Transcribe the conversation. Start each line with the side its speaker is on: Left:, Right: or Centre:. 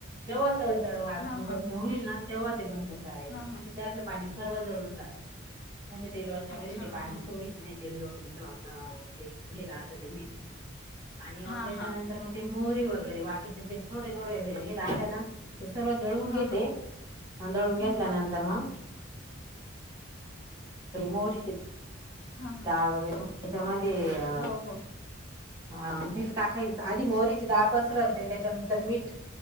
Right: जेव्हा तड तड वाजण
Left: हा हा
Right: बंद होईल ना तेव्हा ते बंद करायचं
Left: हा
Right: म्हणजे
Left: हा
Right: त्यातलं पाणी सर्व जळून जात. म्हणजे ते लोंच्यामध्ये
Left: अच्छा
Right: ते
Left: हा
Right: पाणी
Left: हा
Right: सोडीत नाई ते लों च आपलं ते हे राहत ते मीठ आणि मग
Left: हां,
Right: त्याच्यानंतर
Left: हां.
Right: म मोहरी वगैरे बाकीचे ते थोडे थोडे हे हे राहते ना हे सर्व दळून
Left: हां,
Right: घेते
Left: हां.
Right: आणि दळून
Left: हां,
Right: घेतल्यानंतर
Left: हां.
Right: मग मोहरीचीच
Left: हां, हां.
Right: डाळ वगैरे त्याच्यामध्ये अ
Left: हो, हो.
Right: हा मीठ टाकायचं आधी मोहरीची डाळ पसरवते त्याच्यानंतर मीठ